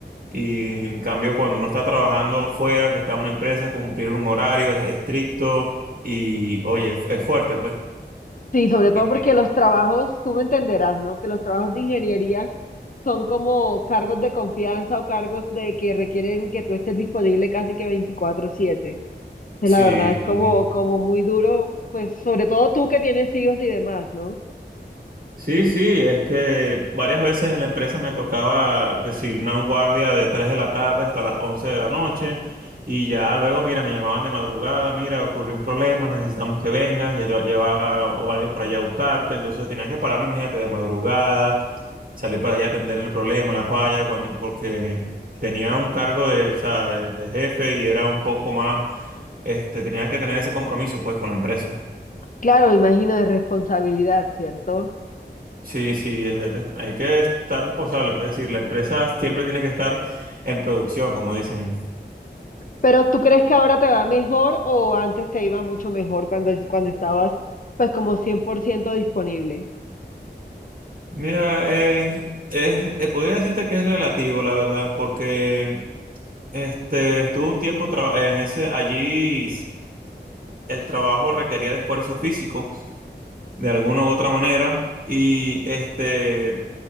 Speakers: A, on the right (about 55°); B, on the left (about 50°).
A: Y en cambio, cuando uno está trabajando fuera, que está en una empresa, cumplir un horario es estricto y, oye, es, es fuerte, pues.
B: sí, sobre todo
A: Y-
B: porque
A: y-
B: los trabajos, tú me entenderás, ¿no? Que los trabajos de ingeniería son como cargos de confianza o cargos de que requieren que tú estés disponible casi que veinticuatro siete Entonces,
A: sí,
B: la verdad es
A: sí.
B: como, como muy duro, pues sobre todo tú que tienes hijos y demás, ¿no?
A: Sí, sí, es que varias veces en la empresa me tocaba que si una guardia de 3 de la tarde hasta las 11 de la noche y ya luego, mira, me llamaban de madrugada, mira, ocurrió un problema, necesitamos que vengas, ya te va a llevar o alguien para allá a buscarte, entonces tenía que pararme, imagínate, de madrugada, salir para allá a atender el problema, la falla, cuando, porque tenía un cargo de, o sea, de, de jefe y era un poco más, este, tenía que tener ese compromiso pues con la empresa.
B: Claro, me imagino de responsabilidad, ¿cierto?
A: Sí, sí, es- de- hay que estar responsable, pues, es decir, la empresa siempre tiene que estar en producción, como dicen.
B: Pero ¿tú crees que ahora te va mejor o antes te iba mucho mejor cuando, cuando estabas pues como cien por ciento disponible?
A: Mira, es, es- eh, podría decirte que es relativo, la verdad, porque este, estuve un tiempo traba- en ese, allí s- el trabajo requería de esfuerzo físico, de alguna u otra manera, y este,